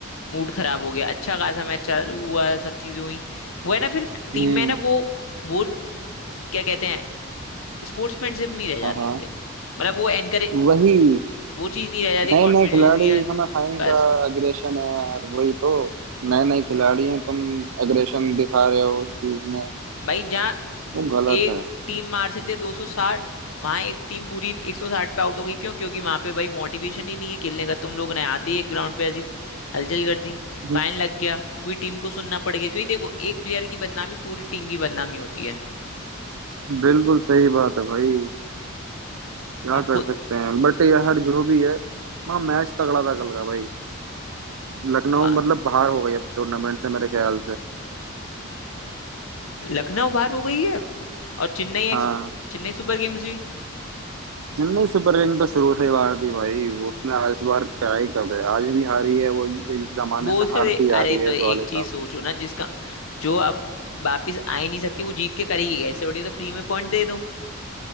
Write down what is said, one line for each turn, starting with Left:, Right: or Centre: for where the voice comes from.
Left: मूड खराब हो गया अच्छा खासा मैच चालू हुआ सब चीजें हुई वो है ना फिर टीम
Right: हम्म
Left: में ना वो वो क्या कहते हैं स्पोर्ट्समैनशिप नहीं रह जाती
Right: हाँ हाँ
Left: है फिर मतलब वो एनकरेज
Right: वही
Left: वो चीज नहीं रह जाती
Right: नए
Left: कॉन्फिडेंस
Right: नए खिलाड़ी
Left: या
Right: इसमें खाई
Left: बस
Right: का अग्रेशन है यार वही तो नए नए खिलाड़ी हैं तुम अग्रेशन दिखा रहे हो उस चीज में
Left: भाई जहाँ
Right: वो गलत
Left: एक
Right: है
Left: टीम मार सकती है 260 वहां एक टीम पूरी 160 पे आउट हो गई क्यों क्योंकि वहां पे भाई मोटिवेशन ही नहीं है खेलने का तुम लोग ने आते ही एक ग्राउंड पे ऐसी हलचल कर दी
Right: हम्म,
Left: फाइन लग गया पूरी टीम को सुनना पड़ गया क्योंकि देखो एक प्लेयर की बदनामी पूरी टीम की बदनामी होती है
Right: बिल्कुल सही बात है भाई क्या
Left: अब
Right: कर
Left: खुद
Right: सकते हैं बट यार जो भी है वहाँ मैच तगड़ा था कल का भाई लखनऊ
Left: मा-
Right: मतलब बाहर हो गई अब टूर्नामेंट से मेरे ख्याल से
Left: लखनऊ बाहर हो गई है और चेन्नई एक्स
Right: हाँ
Left: चेन्नई सुपर किंग्स भी
Right: चेन्नई सुपर किंग तो शुरू से ही बाहर थी भाई उसने इस बार क्या ही कब है आज भी हारी है वो जमाने
Left: वो
Right: से
Left: तो
Right: हारती जा
Left: अरे
Right: रही
Left: तो
Right: है
Left: एक
Right: इस वाले साल
Left: चीज सोचो ना जिसका जो अब वापिस आ ही नहीं सकती वो जीत के करेगी ऐसे बढ़िया तो फ्री में पॉइंट दे दो